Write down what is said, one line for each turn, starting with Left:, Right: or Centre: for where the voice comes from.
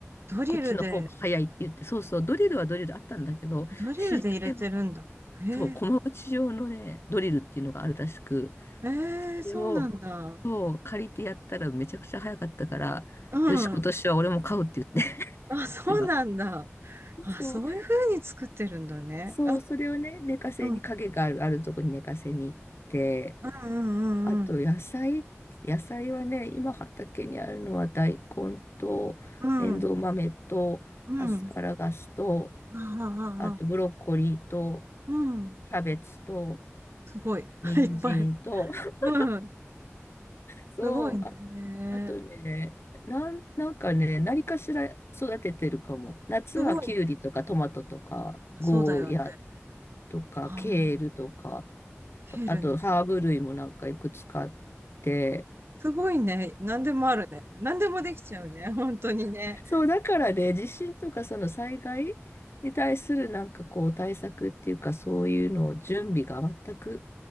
Right: ドリルで、
Left: こっちの方が早いって言って、そうそう、ドリルはドリルあったんだけど、
Right: ドリルで入れてるんだ。
Left: 椎茸の、
Right: へえ、
Left: そう、駒打ち用のね、ドリルっていうのがあるらしく、
Right: ええ、
Left: それを、
Right: そうなんだ。
Left: そう、借りてやったらめちゃくちゃ早かったから、
Right: うん。
Left: よし、今年は俺も買うって言って、<laughs>
Right: あ、そうなんだ。
Left: 父が。
Right: あ、
Left: そう、
Right: そういう風に作ってるんだね。
Left: そう、
Right: あ
Left: それをね、寝かせに、
Right: うん、
Left: 影がある、あるとこに寝かせに行って、
Right: うんうんうんうん。
Left: あと野菜、野菜はね、今畑にあるのは大根と、
Right: うん。
Left: エンドウ豆と、
Right: うん。
Left: アスパラガスと、
Right: ああ、
Left: あとブロッコリーと、
Right: ああ、うん。
Left: キャベツと、
Right: すごい。<laughs>
Left: 人参と、
Right: いっぱい。
Left: <laughs>
Right: うん。
Left: そう、
Right: すごいね。
Left: ああとね、なん、なんかね、何かしら育ててるかも。夏はキュウリとかトマトとか、
Right: すごいね。あそうだよね。
Left: ゴーヤとか、
Right: ああ、
Left: ケールとか、
Right: ケールね。
Left: あとハーブ類もなんかいくつかあって。
Right: すごいね。何でもあるね。何でもできちゃうね。本当にね。
Left: そう、だからね、地震とかその災害に対するなんかこう対策っていうか、そういうのを準備が全く